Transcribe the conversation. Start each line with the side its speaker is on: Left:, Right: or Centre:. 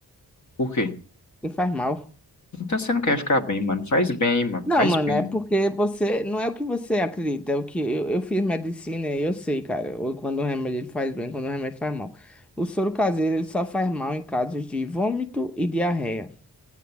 Left: Por quê?
Centre: E faz mal.
Left: Então você não quer ficar bem, mano. Faz bem, mano,
Centre: Não,
Left: faz
Centre: mano,
Left: bem.
Centre: é porque você. Não é o que você acredita, é o que. Eu, eu fiz medicina e eu sei, cara. Ou quando o remédio ele faz bem, quando o remédio faz mal. O soro caseiro ele só faz mal em casos de vômito e diarreia.